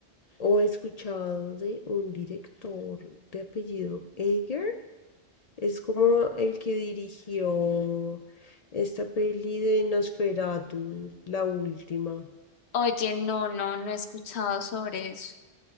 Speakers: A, on the left (about 55°); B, on the left (about 70°).
A: O he escuchado de un director de apellido Ager, es como el que dirigió esta peli de Nosferatu, la última,
B: Oye, no, no, no he escuchado sobre eso.